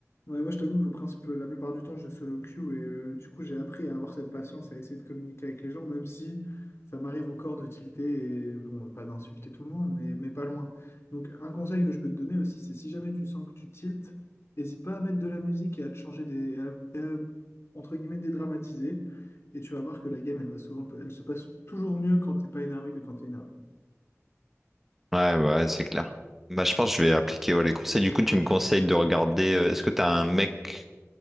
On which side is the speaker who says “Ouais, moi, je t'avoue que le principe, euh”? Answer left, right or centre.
Left